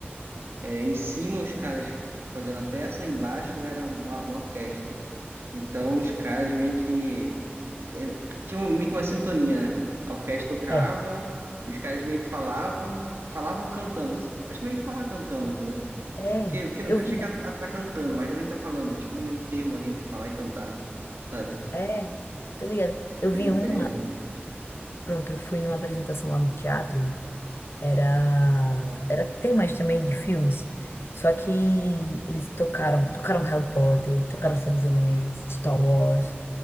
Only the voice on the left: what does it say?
É,
é,
eu
vi,
é, tô ligada.
Eu
vi uma,
pronto, eu fui numa apresentação lá no teatro Era, era, tem mais também de filmes. Só que eles tocaram, tocaram Harry Potter, tocaram Senhor dos Anéis, Star Wars.